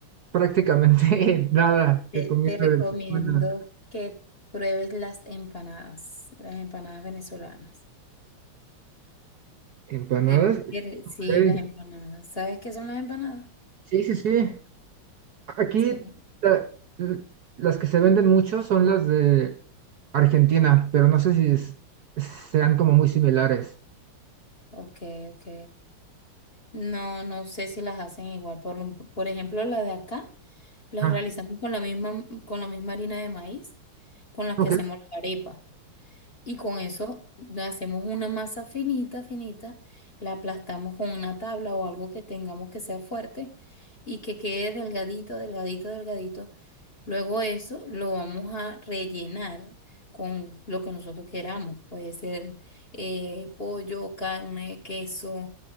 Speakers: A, on the right; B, on the left.
A: prácticamente <laughs> nada
B: Te,
A: de comida
B: te recomiendo
A: de Venezuela.
B: que pruebes las empanadas, las empanadas venezolanas.
A: Empanadas,
B: Eh, qué ri- Sí,
A: ok.
B: las empanadas. ¿Sabes qué son las empanadas?
A: Sí, sí, sí. Aquí
B: Sí.
A: la- l- las que se venden mucho son las de Argentina, pero no sé si es- sean como muy similares.
B: Ok, ok. No, no sé si las hacen igual. Por, lo- por ejemplo, las de acá las
A: Ah,
B: realizamos con la misma, con la misma harina de maíz con las
A: ok,
B: que hacemos la arepa. Y con eso hacemos una masa finita, finita, la aplastamos con una tabla o algo que tengamos que sea fuerte y que quede delgadito, delgadito, delgadito. Luego eso lo vamos a rellenar con lo que nosotros queramos. Puede ser eh, pollo, carne, queso,